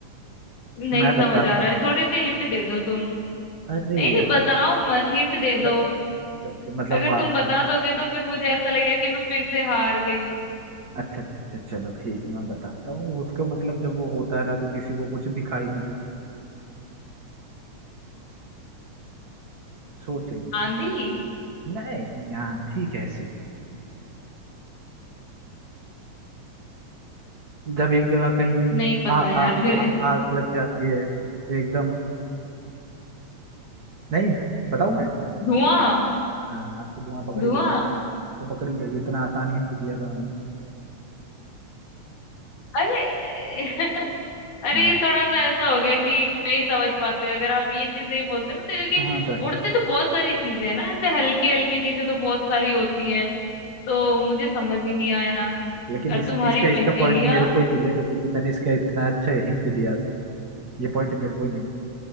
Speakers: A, on the left; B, on the right.
A: नहीं
B: मैं
A: समझ
B: बता दूं
A: आ रहा है थोड़ी सी हिंट दे दो तुम
B: अरे
A: नहीं नहीं
B: यार
A: बताओ मत हिंट दे
B: ल-
A: दो
B: जब मतलब
A: अगर
B: वो
A: तुम
B: आप
A: बता दोगे तो फिर मुझे ऐसा लगेगा कि मैं फिर से हार गई
B: अच्छा अच्छा अच्छा चलो ठीक है मैं बताता हूँ उसको मतलब जब वो होता रहा तो किसी को कुछ दिखाई नहीं देता सोच ली
A: आंधी
B: नहीं यार ठीक है ऐसे जब एक जगह कहीं
A: नहीं पता
B: आ, आ,
A: यार फिर
B: आ, आग लग जाती है तो एकदम नहीं बताऊं मैं
A: धुआं
B: हाँ आप तो धुआं पकड़
A: धुआं
B: ही लोगे तो पकड़ ही लोगे इतना आसान हिंट दिया था मैंने
A: अरे <laughs> अरे
B: हाँ
A: ये थोड़ा सा ऐसा हो गया कि नहीं समझ पाते अगर आप ये चीज नहीं बोलते ना तो क्योंकि
B: हाँ तो
A: उड़ते तो बहुत सारी चीजें हैं ना ऐसे हल्की हल्की चीजें तो बहुत सारी होती हैं तो मुझे समझ ही नहीं आया
B: लेकिन
A: और
B: इस,
A: तुम्हारी
B: इसका इसका
A: पहेलियां
B: पॉइंट मेरे को ही मिलेगा क्योंकि मैंने इसका इतना अच्छा हिंट दिया था ये पॉइंट मेरे को ही मिलेगा